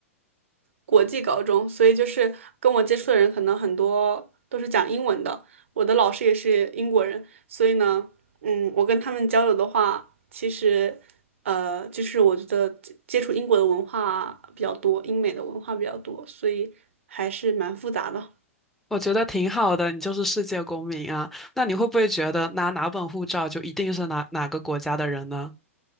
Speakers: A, on the right; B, in the centre.
A: 国际高中，所以就是跟我接触的人可能很多都是讲英文的。我的老师也是英国人，所以呢，嗯，我跟他们交流的话，其实呃，就是我觉得接接触英国的文化比较多，英美的文化比较多，所以还是蛮复杂的。
B: 我觉得挺好的，你就是世界公民啊。那你会不会觉得拿哪本护照就一定是哪哪个国家的人呢？